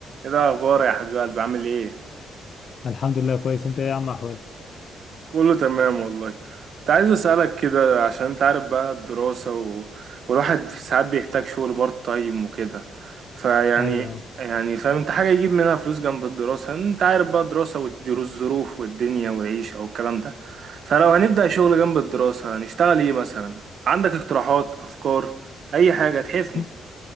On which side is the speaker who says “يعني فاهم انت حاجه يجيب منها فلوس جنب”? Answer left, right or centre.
Right